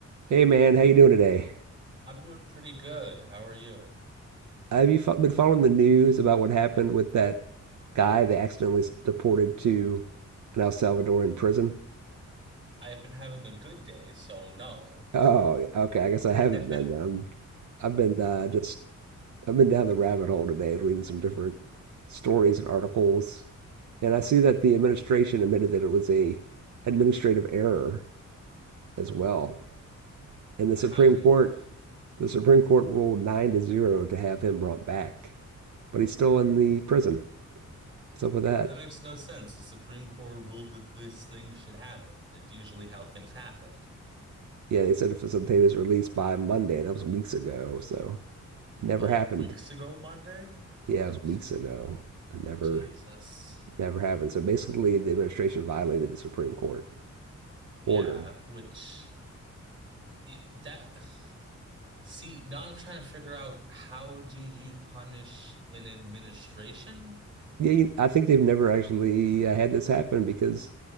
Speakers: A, on the right; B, on the right.
A: Hey man, how you doing today?
B: I'm doing pretty good. How are you?
A: Have you fo- been following the news about what happened with that guy they accidentally s- deported to an El Salvadoran prison?
B: I've been having a good day, so no.
A: Oh, okay. I guess I
B: <laughs>
A: haven't been. then. I'm, I've been uh, just I've been down the rabbit hole today, reading some different stories and articles, and I see that the administration admitted that it was a administrative error as well. And the Supreme
B: How do
A: Court,
B: you?
A: the Supreme Court ruled nine to zero to have him brought back, but he's still in the prison. What's up with that?
B: That makes no sense. The Supreme Court ruled that this thing should happen. That's usually how things happen.
A: Yeah, they said to facilitate his release by Monday. That was weeks ago, so never
B: Oh,
A: happened.
B: weeks ago Monday?
A: Yeah, it
B: I...
A: was weeks ago. never,
B: Jesus.
A: never happened. So basically, the administration violated the Supreme Court
B: Yeah,
A: order.
B: which i- that see, now I'm trying to figure out how do you punish an administration?
A: Yeah, I think they've never actually uh, had this happen because